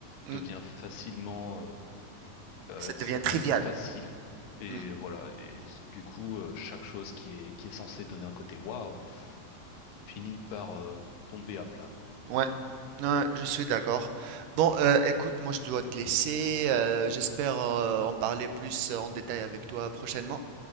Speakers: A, on the right; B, on the left.
A: mm,
B: devient facilement, euh, euh,
A: ça devient
B: ça devient
A: trivial.
B: vite facile. Et
A: Mm,
B: voilà. Et du coup, euh, chaque chose qui est, qui est censée donner un côté waouh finit par euh, tomber à plat,
A: ouais.
B: je trouve.
A: Ouais, je suis d'accord. Bon, euh, écoute, moi je dois te laisser. euh, j'espère euh, en parler plus en détail avec toi prochainement.